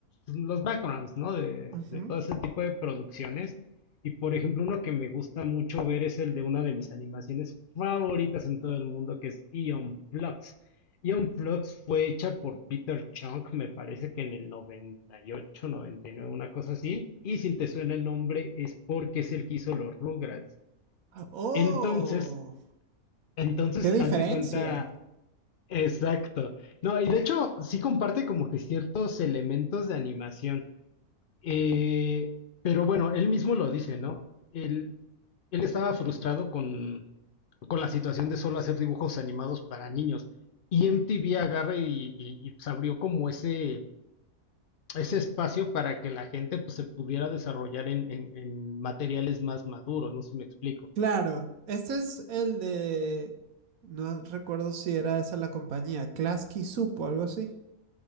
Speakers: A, on the left; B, on the right.
A: los backgrounds, ¿no? De,
B: Ujú.
A: de todo ese tipo de producciones. Y por ejemplo, uno que me gusta mucho ver es el de una de mis animaciones favoritas en todo el mundo, que es Eon Flux. Eon Flux fue hecha por Peter Chung, me parece que en el noventa noventa y ocho, noventa y nueve, una cosa así. Y si te suena el nombre es porque es el que hizo los Rugrats.
B: Oh,
A: Entonces, Entonces,
B: qué diferencia.
A: haz de cuenta, exacto. No, y de hecho, sí comparte como que ciertos elementos de animación. Eh, pero bueno, él mismo lo dice, ¿no? Él, él estaba frustrado con, con la situación de solo hacer dibujos animados para niños. Y MTV agarra y, y- y, pues, abrió como ese, ese espacio para que la gente pues, se pudiera desarrollar en, en- en materiales más maduros, no sé si me explico.
B: Claro, este es el de... No recuerdo si era esa la compañía, Klasky Supo, algo así.